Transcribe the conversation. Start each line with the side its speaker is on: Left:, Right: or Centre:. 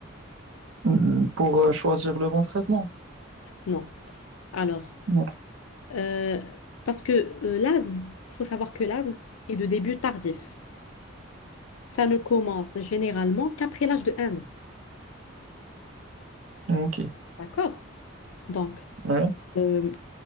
Right: Hmm, Pour euh, choisir le bon traitement.
Left: Non. Alors,
Right: Ouais.
Left: euh, parce que euh, l'asthme, il faut savoir que l'asthme est de début tardif. Ça ne commence généralement qu'après l'âge de 1 an.
Right: Ok.
Left: D'accord? Donc,
Right: Ouais.
Left: euh,